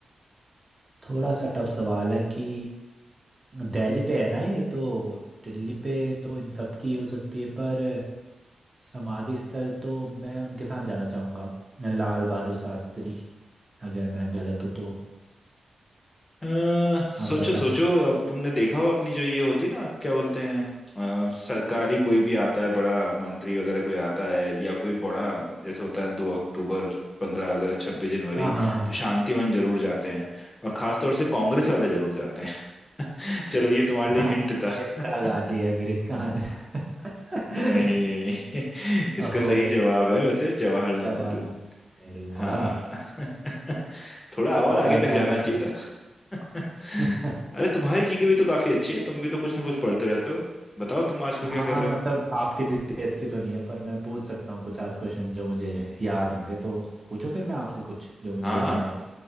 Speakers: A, on the right; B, on the left.
A: थोड़ा सा टफ सवाल है कि दिल्ली पे है ना ये तो दिल्ली पे तो इन सब की हो सकती है पर समाधि स्थल तो मैं उनके साथ जाना चाहूँगा लाल बहादुर शास्त्री अगर मैं गलत हूँ तो
B: अ, सोचो
A: आप बता
B: सोचो
A: सकते
B: अब तुमने देखा होगा अपनी जो ये होती ना क्या बोलते हैं अ, सरकारी कोई भी आता है बड़ा मंत्री वगैरह कोई आता है या कोई बड़ा जैसे होता है दो अक्टूबर पंद्रह अगस्त छब्बीस जनवरी
A: हाँ हाँ हाँ
B: तो शांतिवन जरूर जाते हैं और खास तौर से कांग्रेस वाले जरूर जाते हैं <laughs> चलो ये तुम्हारे लिए
A: हाँ
B: हिंट था
A: इंदिरा
B: <laughs>
A: गांधी है फिर इसका आंसर
B: नहीं
A: <laughs>
B: <laughs> इसका
A: ओहो
B: सही जवाब है वैसे जवाहरलाल
A: जवाहरलाल
B: नेहरू
A: नेहरू
B: हाँ
A: हाँ
B: <laughs> थोड़ा और
A: थोड़ा
B: आगे तक
A: सा
B: जाना
A: वो
B: चाहिए
A: कुछ
B: <laughs>
A: <laughs>
B: अरे तुम्हारी जीके भी तो काफी अच्छी है तुम भी तो कुछ ना कुछ पढ़ते रहते हो बताओ तुम आजकल
A: हाँ
B: क्या कर रहे
A: मतलब आपके जितनी अच्छी तो नहीं है पर मैं पूछ सकता हूँ कुछ आध क्वेश्चन जो मुझे याद होंगे तो पूछो फिर मैं आपसे कुछ जो मुझे
B: हो हाँ
A: याद
B: हाँ
A: है